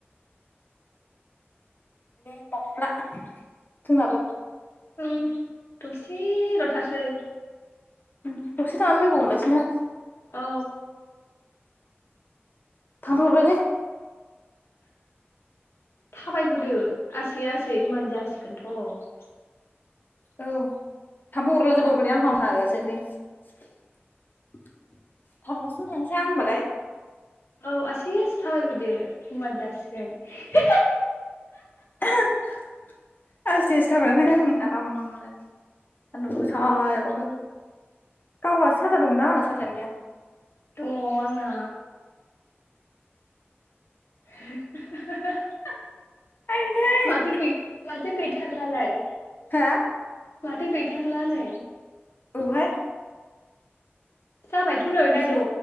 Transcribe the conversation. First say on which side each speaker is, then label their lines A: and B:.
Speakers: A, on the left; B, on the left.
A: बे बाथाला जोंनाबो
B: ओम दसे लथारसै
A: ओम दसे थानानै लोगो हमलायसैना
B: औ
A: थामफै अरबायलै
B: थाबाय बोदो आसै आसै होनबानो जासिगोनथ'
A: औ थाम्फै अरला जोबावबायदे आंखौ हालासोलै थांगलासिनो थांनोसै हां होनबालाय
B: औ आसै आसै थाबायबोदो होनबानो जासिगोन <unintelligible>
A: <unintelligible> आस्थे आस्थे थाबायाखै आं आरामनो सान्दुं गोसायावबाबो गावहासो साथा दं दा आंना सथायानो गैया
B: दङ आंना <unintelligible>
A: आइदै
B: माथो गै माथो गै थारलालाय
A: हा
B: माथो गै थारलानो
A: औहाय
B: जाबायथ' नै
A: हरजाया।
B: नायद'